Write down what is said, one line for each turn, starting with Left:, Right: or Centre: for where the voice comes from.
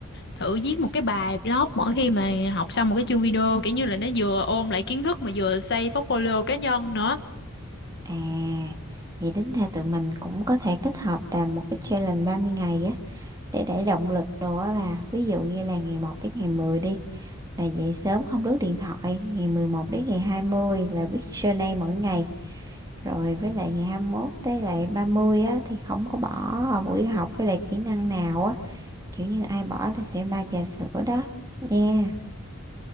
Left: thử viết một cái bài blog mỗi khi mà học xong một cái chương video kiểu như là nó vừa ôm lại kiến thức mà vừa xây portfolio cá nhân nữa
Right: À, vậy tính ra tụi mình cũng có thể kết hợp làm một cái challenge 30 ngày á để đẩy động lực đồ á bà. Ví dụ như là ngày một tới ngày 10 đi là dậy sớm không lướt điện thoại, ngày 11 đến ngày 20 là viết journal mỗi ngày. Rồi với lại ngày 21 tới lại 30 á thì không có bỏ buổi học với lại kỹ năng nào á kiểu như ai bỏ thì sẽ ba trà sữa đó nha